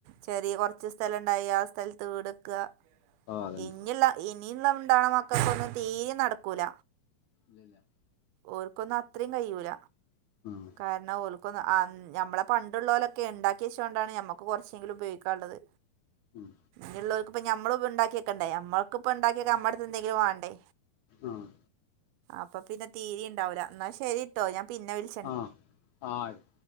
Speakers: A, on the right; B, on the left.
A: ചെറിയ കുറച്ച് സ്ഥലുണ്ടായി ആഹ സ്ഥലത്ത് വീട്ക്കുക
B: ആഹ് അതന്നെ
A: ഇങ്ങുള്ള ഇനിയുള്ള <unintelligible> ണ്ടണ മക്കൾക്കൊന്നും തീരെ നടക്കൂല
B: ഇല്ല
A: ഓർക്കൊന്നും അത്രയും കഴിയൂല
B: ആഹ
A: കാരണം ഓൽക്കൊന്ന അഹ ഞമ്മെളെ പണ്ട്ള്ളാേലൊക്കെ ണ്ടാക്കി വെച്ചാേണ്ടാണ് ഞമ്മക്ക് കാെർച്ചെങ്കിലും ഉപയോഗിക്കാള്ളത്
B: ഉം
A: ഞ്ഞ്ള്ളാേര്ക്ക്പ്പം ഞമ്മളൊന്നുണ്ടാക്ക്യെക്കെണ്ടേ ഞമ്മൾക്കിപ്പണ്ടാക്ക്യെക്കാ നമ്മട്ത്ത് എന്തെങ്കിലും വാണ്ടേ
B: ആഹ്
A: അപ്പ പിന്നെ തീരിംണ്ടാവൂല ന്നാ ശെരിട്ടോ ഞാൻ പിന്നെ വിൾ
B: ആഹ് ആഹ് അയ്കോ